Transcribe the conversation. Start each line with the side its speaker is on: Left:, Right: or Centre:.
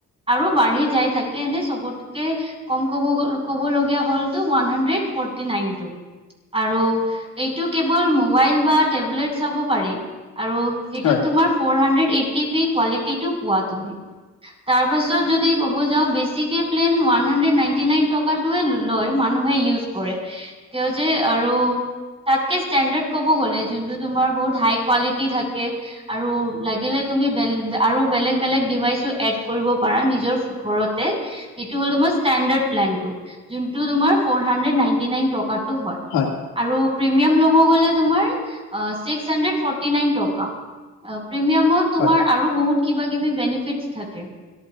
Right: আৰু বাঢ়ি যাই থাকে এনে চবত। কেই কম কবছ্ৰ ক'বলগীয়া হ'ল টো ওৱান হাণ্ড্ৰেড ফৰ্টিনাইনটো আৰু এইটো কেৱল মোবাইল বা টেবলেট চাব পাৰি আৰু সেইটোত
Left: হয়
Right: তোমাৰ। ফ'ৰ হাণ্ড্ৰেড এইটটি পি কোৱালিটিটো পোৱা তুমি। তাৰ পাছত যদি কব যাওঁ বেছিকে plan one hundred ninety nine টকাৰ। টোৱে লয় মানুহে ইউজ কৰে কিয় যে আৰু তাতকে ষ্টেনডাৰ্ড কব গ'লে জোনটো তোমাৰ বহুত হাই কোৱালিটি থাকে। আৰু লাগিলে তুমি বেল আৰু বেলেগ বেলেগ ডিভাইচো এড কৰিব পাৰা নিজৰ। ঘৰতে। সেইটো হ'ল তোমাৰ ষ্টেণ্ডাৰ্ড প্লেনটো যোনটো তোমাৰ ফৰ হাণ্ড্ৰেড নাইনটি নাইন টকাটো হয়।
Left: হয়।
Right: আৰু প্ৰিমিয়াম ল'ব গ'লে তুমাৰ আ ছিক্স হাড্ৰেড ফৰ্টি নাইন টকা। আ প্ৰিমিয়ামত তোমাৰ
Left: হয়
Right: আৰু বহুত কিবা কিবি বেনিফিটচ থাকে।